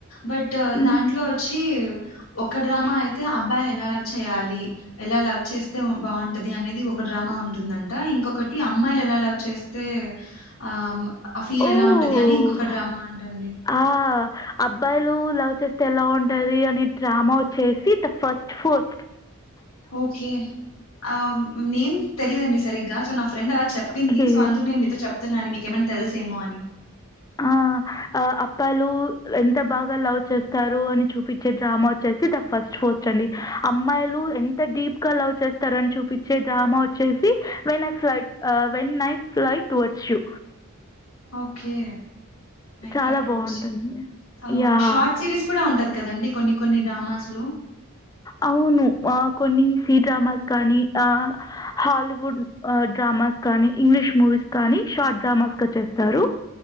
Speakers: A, on the left; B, on the left.
A: బట్
B: హ్మ్.
A: దాంట్లో వచ్చ ఒక డ్రామా అయితే అబ్బాయిలు ఎలా లవ్ చేయాలి ఎలా లవ్ చేస్తే బాగుంటది అనేది ఒక డ్రామా ఉంటుందంట ఇంకొకటి అమ్మాయిలు ఎలా లవ్ చేస్తే ఆ ఆ ఫీల్
B: ఓహ్!
A: ఎలా ఉంటది అని ఇంకొక డ్రామా అంటండి
B: ఆ! అబ్బాయిలు లవ్ చేస్తే ఎలా ఉంటది అని డ్రామా వచ్చేసి ద ఫస్ట్ ఫస్ట్
A: ఓకే ఆ నేమ్ తెలీదండి సరిగ్గా సో నా ఫ్రెడ్ అలా చెప్పింది
B: ఓకే.
A: సో అందుకు నేను మీతో చెప్తున్నాను మీకు ఏమని తెలుసేమో అని
B: ఆ అప్పాలు ఎంత బాగా లవ్ చేస్తారు అని చూపించే డ్రామా వచ్చేసి ద ఫస్ట్ పోస్ట్ అండి అమ్మాయిలు ఎంత డీప్ అలవ్ చేస్తారని చూపించే డ్రామా వచ్చేసి when I flight when I fly towards you
A: okay
B: చాలా
A: ఫ్లైట్
B: బావుంటుంది.
A: ఓడ్ ఆ
B: యాహ్!
A: షార్ట్ సిరీస్ కూడా ఉంటది కదండి కొన్ని కొన్ని డ్రామాస్లు
B: అవును కొన్ని సి డ్రామాస్ కానీ ఆ హాలీవుడ్ డ్రామాస్ కానీ ఇంగ్లీష్ మూవీస్ కానీ షార్ట్ డ్రామాస్ చేస్తారు